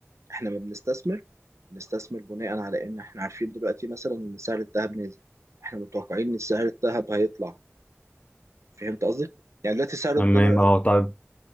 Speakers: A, on the right; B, on the left.
A: احنا ما بنستثمر بنستثمر بناء على ان احنا عارفين دلوقتي مثلا ان سعر الذهب نازل احنا متوقعين ان سعر الذهب هيطلع فهمت قصدي يعني دلوقتي سعر
B: تمام
A: الدولار
B: اه طيب